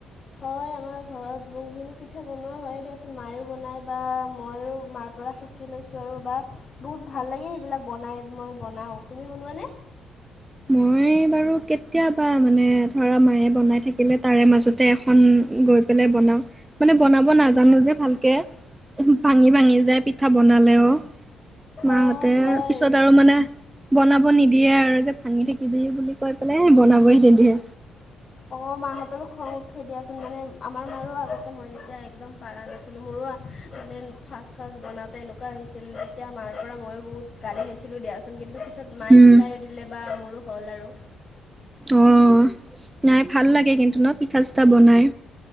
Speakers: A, on the left; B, on the right.
A: হয় আমাৰ ঘৰত বহুখিনি পিঠা বনোৱা হয় দিয়াচোন মায়ো বনায় বা ময়ো মাৰ পৰা শি- কি লৈছোঁ আৰু বা বহুত ভাল লাগেই এইবিলাক বনাই মই বনাওঁ। তুমি বনোৱানে?
B: মই বাৰু কেতিয়াবা মানে ধৰা মায়ে বনাই থাকিলে তাৰে মাজতে এ খন গৈ পেলাই বনাও মানে বনাব নাজানো যে ভাল- কে ভাঙি ভাঙি যায় পিঠা বনালেও। মাহঁতে
A: অঁ হয়।
B: পিছত আৰু মানে বনাব নিদিয়ে আৰু যে ভাঙি থাকিবি বুলি কৈ পেলাই বনাবই নিদিয়ে।
A: অ মাহঁতৰো খং উঠৈ দিয়াচোন মানে আমাৰ মাৰো আগতে মই যেতিয়া একদম পৰা নাছিলোঁ মোৰো মানে ফাৰ্ষ্ট ফাৰ্ষ্ট বনাওঁতে এনেকুৱা হৈছিল তেতিয়া মাৰ পৰা ময়ো বহুত গালি খাইছিলোঁ দিয়াচোন কিন্তু পিছত মায়ে
B: উম
A: শিকায়ো দিলে বা মোৰো হ'ল আৰু।
B: অ নাই ভাল লাগে কিন্তু ন পিঠা চিতা বনাই।